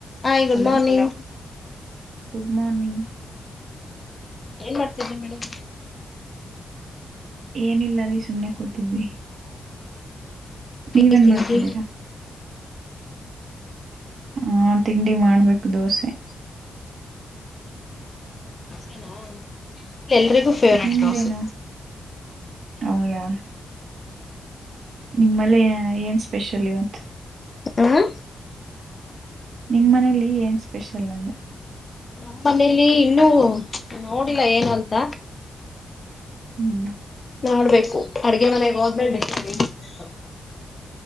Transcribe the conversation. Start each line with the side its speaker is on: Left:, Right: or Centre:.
Left: High good
Right: hello
Left: morning
Right: good morning
Left: ಏನ್ ಮಾಡ್ತಿದ್ದಿ ಮೇಡಮ್
Right: ಏನಿಲ್ಲ ರೀ ಸುಮ್ನೆ ಕೂತಿದ್ವಿ ನೀವೇನ್
Left: ಈ ತಿಂಡಿ
Right: ಮಾಡ್ತಿದ್ದೀರಾ ಹ ತಿಂಡಿ ಮಾಡ್ಬೇಕು ದೋಸೆ
Left: ದೋಸೆ ನಾ ಎಲ್ರಿಗೂ ಫೇವರೆಟ್
Right: ನಿಮ್ದೇನು
Left: ದೋಸೆ
Right: ಹೌದಾ ನಿಮಲೇ ಏನ್ ಸ್ಪೆಷಲ್ ಇವತ್ತ್
Left: ಹಾ
Right: ನಿಮ್ ಮನೇಲಿ ಏನ್ ಸ್ಪೆಷಲ್ ಅಂದೆ.
Left: ನಮ್ಮ ಮನೇಲಿ ಇನ್ನುೂ ನೋಡಿಲ್ಲ ಏನು ಅಂತ
Right: ಹ್ಮ್
Left: ನೋಡ್ಬೇಕು ಅಡುಗೆ ಮನೆಗೆ ಹೋದ್ಮೇಲೇ <unintelligible>